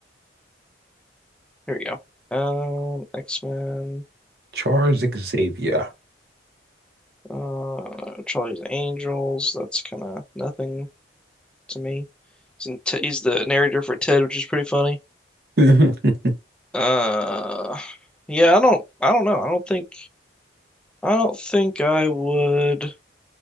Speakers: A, in the centre; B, on the right.
A: Here we go. Um, X-Men,
B: Charles Xavier.
A: uh, Charlie's Angels. That's kind of nothing to me. He's, in T he's the narrator for Ted, which is pretty funny.
B: <laughs>
A: Uh, yeah, I don't, I don't know. I don't think, I don't think I would.